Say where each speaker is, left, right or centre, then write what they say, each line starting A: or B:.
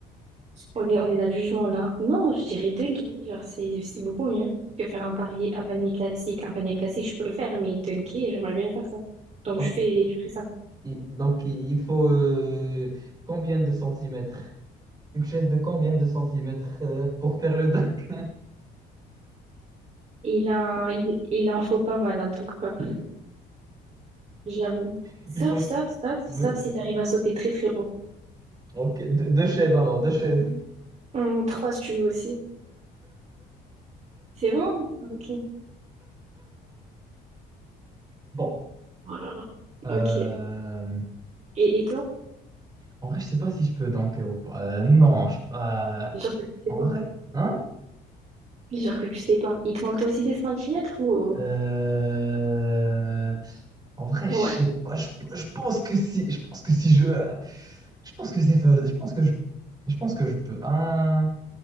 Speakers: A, on the right; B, on the right.
A: On est, on est dans le jugement, là. Non, je dirais dunker. Genre, c'est c'est beaucoup mieux que faire un pari un panier classique. Un panier classique, je peux le faire, mais dunker, j'aimerais bien faire ça. Donc,
B: ah.
A: je fais, je fais ça.
B: Il- donc, il il faut euh, combien de centimètres? Une chaise de combien de centimètres euh, pour faire le dock?
A: Il a, il, il en faut pas mal, en tout cas. J'avoue.
B: <laughs>
A: Sauf,
B: Il faut.
A: sauf, sauf, sauf
B: Oui.
A: si t'arrives à sauter très, très haut.
B: Ok, deux, deux chaises alors, deux chaises.
A: Hmm, trois, si tu veux aussi. C'est bon? Ok.
B: Bon.
A: Oh là là.
B: euh,
A: Ok. Et, et toi?
B: en vrai, je sais pas si je peux tanker ou pas. Euh, non, je- euh,
A: Jure que tu sais
B: en
A: pas.
B: vrai, hein?
A: Oui, Jure que tu sais pas. Il te manque toi aussi des centimètres ou...
B: Euh, en vrai,
A: Ouais.
B: je sais pas. Je, je pense que si, je pense que si je, je pense que c'est faisable. Je pense que je, je pense que je peux. Hein?